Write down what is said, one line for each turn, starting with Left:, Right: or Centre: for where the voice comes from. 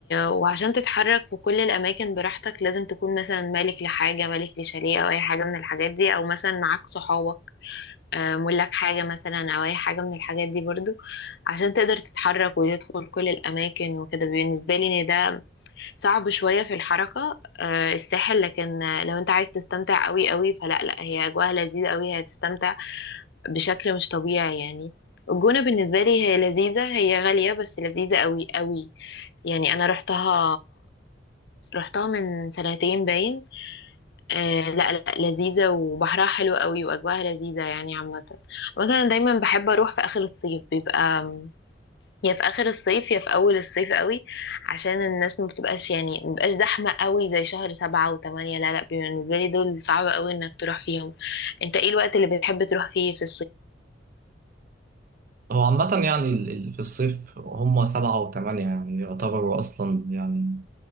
Left: وعشان تتحرك في كل الاماكن براحتك لازم تكون مثلا مالك لحاجة مالك لشاليه او اي حاجة من الحاجات دي او مثلا معاك صحابك آه، ملاك حاجة مثلا او اي حاجة من الحاجات دي برضو عشان تقدر تتحرك وتدخل كل الاماكن وكده بالنسبة لي ان ده صعب شوية في الحركة آه، الساحل لكن آه، لو انت عايز تستمتع قوي قوي فلا لا هي اجواءها لذيذة قوي هتستمتع بشكل مش طبيعي يعني الجونة بالنسبة لي هي لذيذة هي غالية بس لذيذة قوي قوي يعني انا رحتها رحتها من سنتين باين آه لا لا لذيذة وبحرها حلو قوي واجواها لذيذة يعني عامة مثلا دايما بحب اروح في اخر الصيف بيبقى يا في اخر الصيف يا في اول الصيف قوي عشان الناس ما بتبقاش يعني ما بتبقاش زحمة قوي زي شهر سبعة وثمانية لا لا بالنسبة لي دول صعب قوي انك تروح فيهم انت ايه الوقت اللي بتحب تروح فيه في
Right: هو عامة يعني ال- ال- في الصيف هما سبعة وثمانية يعني يعتبروا أصلا يعني